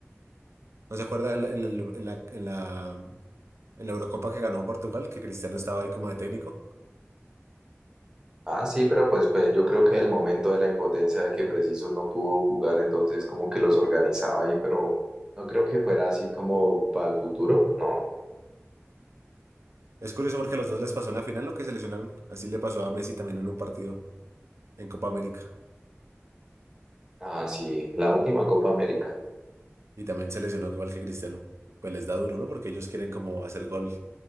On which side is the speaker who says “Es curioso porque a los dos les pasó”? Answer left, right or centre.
Right